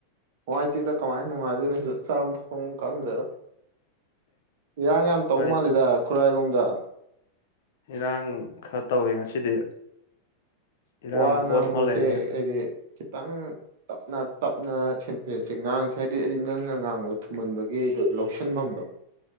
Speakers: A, on the right; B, on the left.
A: ꯅꯨꯡꯉꯥꯏꯇꯦꯗ ꯀꯃꯥꯏꯅ ꯅꯨꯡꯉꯥꯏꯗꯣꯏꯅꯣ ꯁꯤ ꯆꯥꯐꯝ ꯊꯛꯐꯝ ꯈꯪꯗ꯭ꯔꯦꯗ ꯏꯔꯥꯡ ꯌꯥꯝ ꯇꯧ
B: ꯃꯅꯤ
A: ꯃꯥꯜꯂꯤꯗ ꯈꯨꯔꯥꯏꯔꯣꯝꯗ <inaudible>
B: ꯏꯔꯥꯡ ꯈꯔ ꯇꯧꯏ ꯉꯁꯤꯗꯤ ꯏꯔꯥꯡ
A: ꯋꯥ
B: ꯃꯀꯣꯟ
A: ꯉꯥꯡꯕꯁꯦ
B: ꯑꯃ ꯂꯩꯔꯦ
A: ꯑꯩꯗꯤ ꯈꯤꯇꯪ ꯇꯞꯅ ꯇꯞꯅ ꯁꯦꯟꯇꯦꯟꯁꯁꯦ ꯉꯥꯡꯁꯦ ꯍꯥꯏꯕꯗꯤ ꯑꯩ ꯅꯪꯅ ꯉꯥꯡꯕꯗꯣ ꯊꯨꯝꯃꯟꯕꯒꯤ ꯑꯩꯗꯣ ꯂꯧꯁꯤꯟꯐꯝꯗꯣ